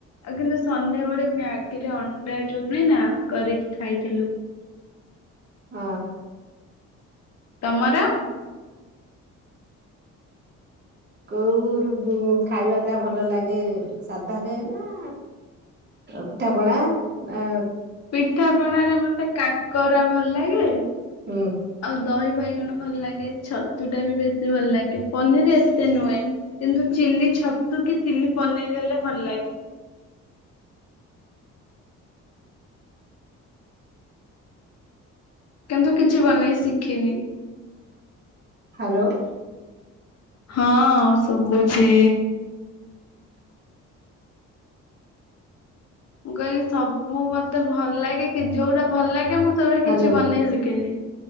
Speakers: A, on the left; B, on the right.
A: ଆଉ କିନ୍ତୁ ସନ୍ଧ୍ୟାବେେଳେ ମ୍ୟାଗିରେ ଅଣ୍ଡା ଯୋଉ ନୁହେଁ ନା କରିକି ଖାଇଥିଲୁ।
B: ହଁ।
A: ତମର।
B: କୋଉ ଖାଇବା ଟ ଭଲ ଲାଗେ ସାଧାରେ ନା ପିଠାପଣା ଆ
A: ପିଠା ପଣାରେ ମତେ କାକରା ଭଲ ଲାଗେ।
B: ହଁ।
A: ଆଉ ଦହି ବାଇଗଣ ଭଲ ଲାଗେ ଛତୁ ଟା ବି ବେଶୀ ଭଲ ଲାଗେ ପନିର ଏତେ ନୁହେ। କିନ୍ତୁ ଚିଲି ଛତୁ କି ଚିଲି ପନିର ହେଲେ ଭଲ ଲାଗେ। କିନ୍ତୁ କିଛି ବନେଇ ଶିଖିନି।
B: ହ୍ୟାଲୋ।
A: ହଁ ଶୁଭୁଛି। ମୁଁ କହିଲି ସବୁ ମତେ ଭଲ ଲାଗେ କି ଯୋଉଟା ଭଲ ଲାଗେ ମୁଁ ଗୁୁରା
B: ହାଲୋ।
A: କିଛି ବନେଇ ଶିଖେନି